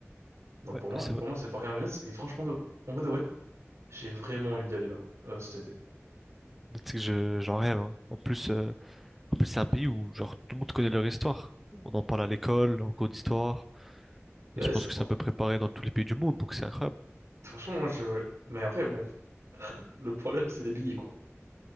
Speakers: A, on the right; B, in the centre.
A: Donc
B: Ouais,
A: pour moi,
B: c'est vrai.
A: pour moi, c'est pareil en Grèce, et franchement, de- en vrai de vrai, j'ai vraiment envie d'y aller là, euh, cet été.
B: C'est que je, j'en rêve. hein. En plus, euh, en plus c'est un pays où genre tout le monde connaît leur histoire. On en parle à l'école, en cours d'histoire.
A: Ouais,
B: Et je pense
A: c'est-
B: que
A: oh,
B: c'est à peu près pareil dans tous les pays du monde, donc c'est incroyable.
A: franchement, moi, je. Mais après, bon, le problème, c'est les billets, quoi.